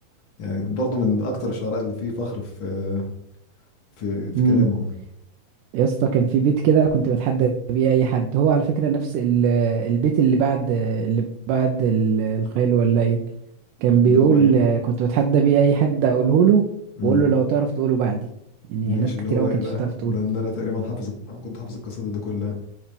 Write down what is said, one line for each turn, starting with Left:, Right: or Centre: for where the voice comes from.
Left: يعني برضه من اكتر الشعراء اللي فيه فخر في في في
Right: امم
Left: كلامهم
Right: يا اسطى كان في بيت كده كنت بتحدى بيه اي حد هو على فكره نفس ال- البيت اللي بعد اللي بعد ال- الخيل والليل كان
Left: اللي
Right: بيقول
Left: هو ايه
Right: كنت بتحدى بيه اي حد اقوله له
Left: امم
Right: واقول له لو تعرف تقوله بعدي يعني
Left: ماشي
Right: ناس كتير
Left: اللي هو
Right: أوي ما
Left: ايه
Right: كانتش
Left: بقى
Right: تعرف تقوله
Left: لان انا تقريبا حافظ كنت حافظ القصيده دي كلها